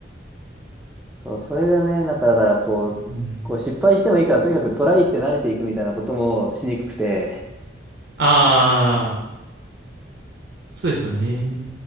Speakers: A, in the centre; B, on the right (about 60°).
A: そう、それがね、なんかだからこう、
B: うん。
A: こう失敗してもいいからとにかくトライして慣れていくみたいなこともしにくくて、
B: ああ、そうですよね。